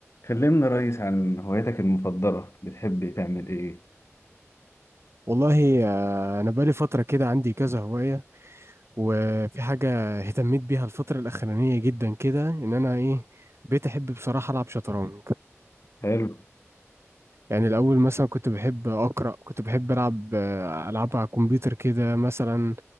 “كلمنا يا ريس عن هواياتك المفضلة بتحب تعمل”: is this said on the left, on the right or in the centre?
Left